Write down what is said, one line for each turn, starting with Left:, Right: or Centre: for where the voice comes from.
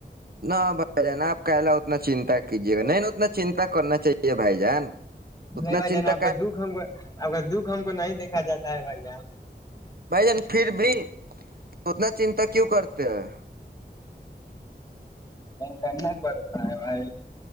Right: نہ بھائی جان آپ کہلا اتنا چنتا کیجیے گا نہیں نہیں اتنا چنتا کرنا چاہیے بھائی جان اتنا
Left: نہیں بھائی
Right: چنتا
Left: جان آپ کا دکھ ہم آپ کا دکھ ہم کو نہیں دیکھا جاتا ہے بھائی جان
Right: بھائی جان پھر بھی اتنا چنتا کیوں کرتے ہیں
Left: کرنا پڑتا ہے